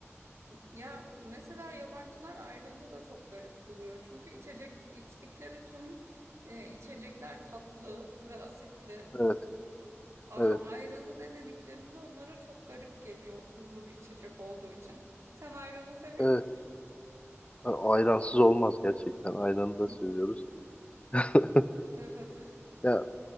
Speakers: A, on the right; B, on the left.
A: Ya mesela yabancılar ayranı da çok garip buluyor. Çünkü içecek içtikleri tüm e, içecekler tatlı ve asitli.
B: Evet,
A: Ama
B: evet,
A: ayranı denediklerinde onlara çok garip geliyor tuzlu bir içecek olduğu için. Sen ayranı seviyor
B: evet.
A: musun?
B: A- Ayransız olmaz gerçekten. Ayranı
A: <laughs>
B: da seviyoruz. <laughs>
A: Evet,
B: Ya